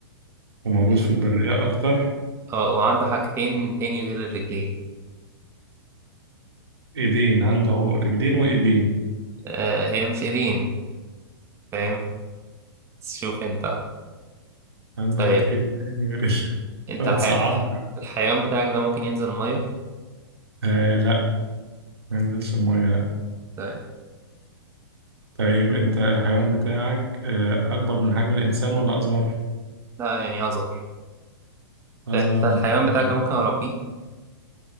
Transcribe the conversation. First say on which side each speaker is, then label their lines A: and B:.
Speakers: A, on the right; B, on the right.
A: وموجود
B: ب...
A: في البرية اكتر
B: اه وعنده حاجتين تاني غير الرجلين
A: ايدين عنده رجلين وايدين
B: آه هي مش ايدين فاهم بس شوف انت
A: عنده
B: طيب
A: حاجتين تاني غير ال- <laughs>
B: انت
A: لو
B: الحي...
A: تصعب
B: الحيوان بتاعك ده ممكن ينزل المية
A: آه لا ما ينزلش المية لا
B: طيب
A: طيب انت الحيوان بتاعك آه اكبر من حجم الانسان ولا اصغر
B: لا يعني اصغر
A: اصغر
B: ده انت الحيوان
A: من حجم
B: بتاعك
A: الإنسان.
B: ده ممكن اربيه